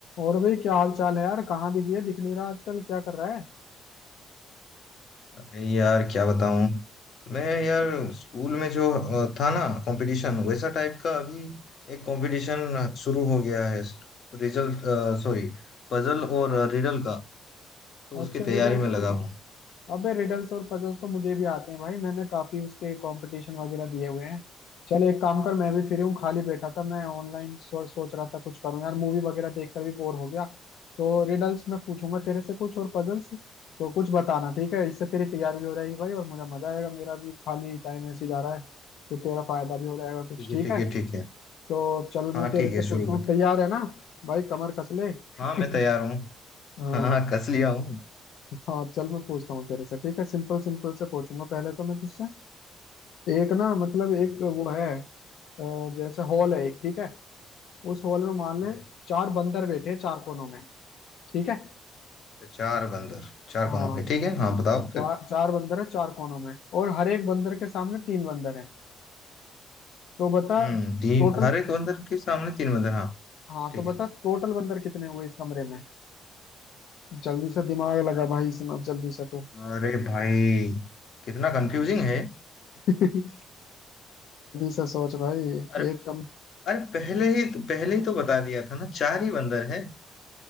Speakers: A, on the left (about 80°); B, on the left (about 65°).
A: और भाई क्या हाल चाल है यार कहाँ बिजी है दिख नहीं रहा आजकल क्या कर रहा है
B: अरे यार क्या बताऊं मैं यार स्कूल में जो अ, था ना कंपटीशन वैसा टाइप का अभी एक कंपटीशन शुरू हो गया है रिजल्ट सॉरी पजल और रिडल का तो उसकी
A: अच्छा
B: तैयारी
A: रिडल्स
B: में लगा
A: पजल्स
B: हूँ
A: अबे रिडल्स और पजल्स तो मुझे भी आते हैं भाई मैंने काफी उसके कंपटीशन वगैरह दिए हुए हैं चल एक काम कर मैं भी फ्री हूँ खाली बैठा था मैं ऑनलाइन सो, सोच रहा था कुछ करूँ यार मूवी वगैरह देखकर भी बोर हो गया तो रिडल्स मैं पूछूंगा तेरे से कुछ और पजल्स तो कुछ बताना ठीक है इससे तेरी तैयारी भी हो जाएगी भाई और मुझे मजा आएगा मेरा भी खाली टाइम ऐसे ही जा रहा है तो तेरा फायदा भी हो जाएगा कुछ
B: ठीक
A: ठीक
B: है ठीक
A: है
B: है ठीक है
A: तो चल
B: हाँ
A: मैं तेरे
B: ठीक
A: से
B: है
A: पूछता
B: शुरू करते
A: हूँ तैयार
B: हैं
A: है ना भाई कमर कस ले
B: हाँ मैं
A: <laughs>
B: तैयार हूँ
A: हाँ
B: हाँ हाँ, कस लिया हूँ
A: हाँ चल मैं पूछता हूँ तेरे से ठीक है सिंपल सिंपल से पूछूंगा पहले तो मैं तुझसे एक ना मतलब एक
B: ठीक है
A: वो है अ, जैसे हॉल है एक ठीक है उस हॉल में मान
B: ठीक
A: ले
B: है
A: चार बंदर बैठे हैं चार कोनों में ठीक है
B: अच्छा चार बंदर चार
A: हाँ
B: कोनों के ठीक है हाँ बताओ
A: चार
B: फिर
A: चार बंदर है चार कोनों में और हर एक बंदर के सामने तीन बंदर हैं तो बता
B: हम्म तीन
A: टोटल
B: हर एक बंदर के सामने तीन बंदर हाँ
A: हाँ
B: ठीक
A: तो बता
B: है
A: टोटल बंदर कितने हुए इस कमरे में जल्दी से दिमाग लगा भाई इसमें अब जल्दी से तू
B: अरे भाई कितना कंफ्यूजिंग है
A: <laughs> जल्दी से सोच भाई
B: अरे
A: एक कम
B: अरे पहले ही पहले ही तो बता दिया था ना चार ही बंदर है